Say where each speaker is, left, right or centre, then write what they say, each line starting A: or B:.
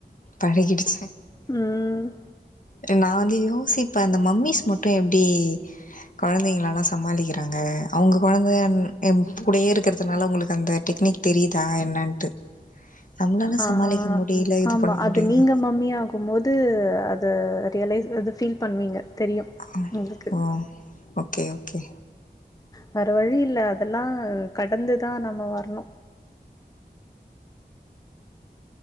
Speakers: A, on the left (about 50°); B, on the left (about 20°).
A: பழகிடுச்சு
B: ம்
A: அ நா வந்து யோசிப்பே இந்த மம்மிஸ் மட்டு எப்டி கொழந்தைகளெல்லா சமாளிக்கிறாங்க அவங்க கொழந்த ம் இவ் கூடயே இருக்கிறதுனால அவங்களுக்கு அந்த டெக்னிக் தெரியுதா என்னன்ட்டு நம்மளால
B: ஆ
A: சமாளிக்க முடியல இது
B: ஆமா
A: பண்ண
B: அது
A: முடியல
B: நீங்க மம்மி ஆகு ம் போது அது ரியலைஸ் அது ஃபீல் பண்ணுவீங்க தெரியு
A: ம்
B: உங்களுக்கு
A: ஓ ஓகே ஓகே
B: வேற வழி இல்ல அதெல்லா கடந்துதா நம்ம வரணு